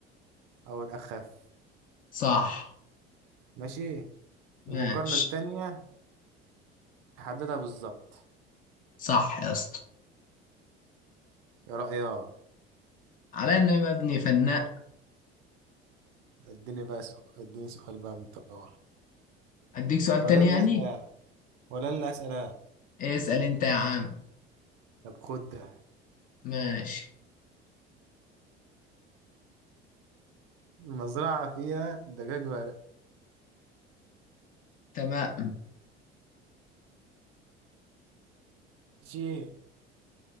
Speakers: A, on the right; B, on the left.
A: أو الأخف
B: صح
A: ماشي
B: ماشي
A: المقارنة التانية تحددها بالظبط
B: صح يا اسطى
A: يا رأيك
B: على ان أنا مبني فنان
A: اديني بقى سؤال اديني سؤال بقى من بتوع
B: اديك سؤال
A: ولا
B: تاني
A: أنا
B: يعني
A: اللي أسأل ولا أنا اللي أسأل
B: اسأل انت يا عم
A: طب خد ده
B: ماشي
A: المزرعة فيها دجاج ورق
B: تمام
A: ماشي